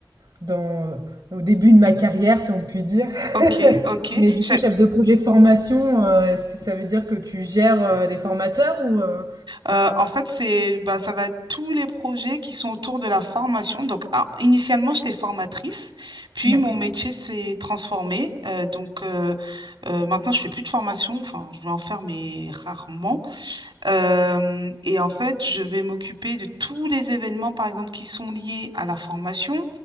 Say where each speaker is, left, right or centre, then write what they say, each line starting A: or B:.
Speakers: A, on the right; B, on the right.
A: dans, au début de ma carrière, si on peut dire.
B: Ok,
A: <laughs>
B: ok.
A: Mais du
B: Je-
A: coup, chef de projet formation, euh, est-ce que ça veut dire que tu gères euh, des formateurs ou... euh,
B: Euh, en fait, c'est, bah, ça va être tous les projets qui sont autour de la formation. Donc, ah, initialement, j'étais formatrice, puis
A: D'accord.
B: mon métier s'est transformé. Euh, donc, euh, euh, maintenant, je fais plus de formation. Enfin, je vais en faire, mais rarement. Euh, et en fait, je vais m'occuper de tous les événements, par exemple, qui sont liés à la formation.